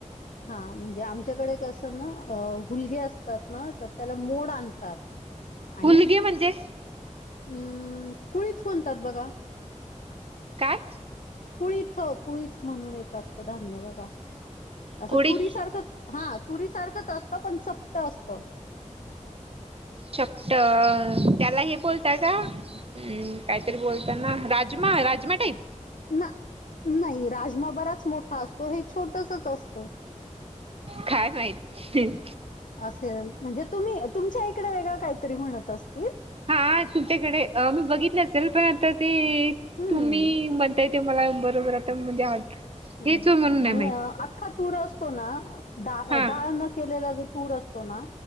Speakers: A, on the left; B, on the right.
A: हां... म्हणजे आमच्याकडे कसं ना... हूलगे असतात ना... तर त्यांला मोड आणतात आणि...
B: हुलगे म्हणजे
A: अहम्मं... कुळीथ म्हणतात बघा
B: काय?
A: कुळीथ... कुळीथ म्हणून एक असतं धान्य बघा... असं
B: कुडीत
A: तुरी सारखंच हां... तुरीसारखंच असतं... पण चपटं असतं.
B: चपटं... त्यांला हे बोलताय का? हम्मं... काहीतरी बोलतात ना... राजमा... राजमा टाईप
A: नां... नाई... राजमा बराच मोठा असतो... हे छोटंसंच असतं.
B: काय माहित?
A: असेल... म्हणजे तुम्ही... तुमच्या इकडे वेगळं कांहीतरी म्हणतं असतील
B: हा... तुमच्याकडे... मी बघितलं असेल... पणं आता ते
A: हम्म.
B: तुम्ही म्हण ताय... मला बरोबर आता म्हणजे
A: हम्मं...
B: हे चो म्हणून नाही
A: आणि
B: माहित
A: अख्खा तूर असतो ना दाळ...
B: हा
A: दाळ न केलेला जो तूर असतो ना...